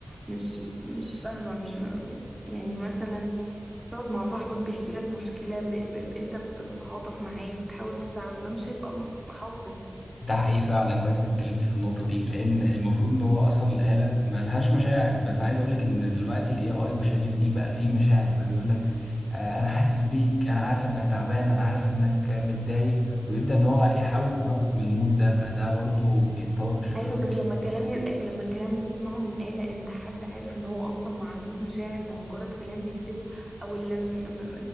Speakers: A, on the right; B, on the left.
A: مش مش فاهمة مش يعني مثلا تقعد مع صاحبك بيحكي لك مشكلة م- ب- ب- انت بتتعاطف معاه بتحاول تساعده ده مش هيبقى م- حاصل
B: ده حقيقي فعلا كويس انك اتكلمت في النقطة دي لأن المفروض إن هو أصلا الآلة مالهاش مشاعر بس عايز أقولك إن دلوقتي ال AI وشات جي بي تي بقى فيه مشاعر بقى بيقولك آه أنا حاسس بيك أنا عارف إنك تعبان أنا عارف إنك آه، متضايق ويبدأ إن هو يحاول يخرجك من المود ده فده برضو بيتطور بشكل
A: ايوه
B: غ-
A: بس لما الكلام يبقى لما الكلام ده تسمعه من آلة انت حد عارف ان هو اصلا ما عندوش مشاعر ده مجرد كلام بيكتبه او اللي م... م... م...